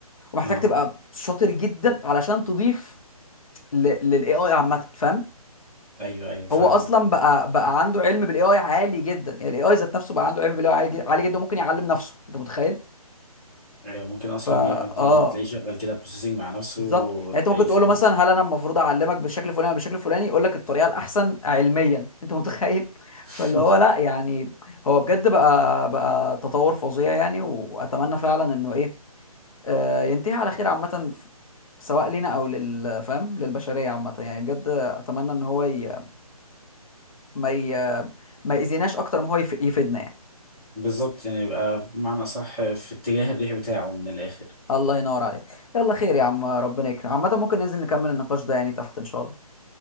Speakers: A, on the left; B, in the centre.
A: ومحتاج
B: اه
A: تبقى شاطر جدا علشان تضيف للاي اي عامه فاهم
B: ايوه ايوه فاهمك
A: هو اصلا بقى بقى عنده علم بالاي اي عالي جدا يعني الاي اي ذات نفسه بقى عنده علم بالاي اي عالي جد- عالي جدا وممكن يعلم نفسه انت متخيل
B: ايوه ممكن اصلا
A: فا
B: يقعد
A: اه
B: تلاقيه شغال كده بروسيسنج مع نفسه
A: بالظبط
B: وتلاقيه
A: يعني انت ممكن تقول
B: فاهم
A: له مثلا هل انا المفروض اعلمك بالشكل الفلاني ولا بالشكل الفلاني يقول لك الطريقه الاحسن علميا انت متخيل <laughs>
B: <laughs>
A: فاللي هو لا يعني هو بجد بقى بقى تطور فظيع يعني واتمنى فعلا انه ايه آه، ينتهي على خير عامه ف- سواء لينا او لل فاهم للبشريه عامه يعني بجد اتمنى ان هو ي... ما ي... ما يأذيناش اكتر ما هو يف... يفيدنا يعني
B: بالظبط يعني يبقى بمعنى أصح في اتجاه الريح بتاعه من الآخر
A: الله ينور عليك يلا خير يا عم ربنا يكرم عامه ممكن ننزل نكمل النقاش ده يعني تحت ان شاء الله